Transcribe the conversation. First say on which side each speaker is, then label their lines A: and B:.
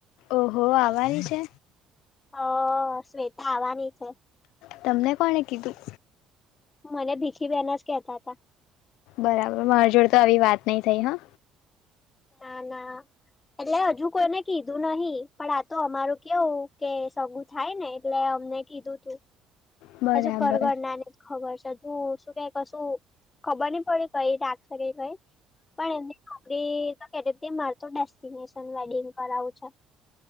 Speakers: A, on the left; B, on the left.
A: ઓહો આવવાની છે
B: હ શ્વેતા આવવાની છે.
A: તમને કોણે કીધું
B: મને ભીખી બહેન જ કેતા હતા
A: બરાબર મારી જોડે તો આવી વાત નઈ થઈ હા
B: ના ના એટલે હજુ કોઈને કીધું નહી પણ આ તો અમારું કેવું કે સગું થાય ને એટલે અમને કીધું તું
A: બરાબર
B: હજુ ઘરગર નાને જ ખબર છે. તું શું કંઈ કશું ખબર નહી પડી કઈ રાત્રે ગઈ પણ એમની ખરી તો કેતી કે મારે તો ડેસ્ટિનેશન વેડિંગ કરાવું છે.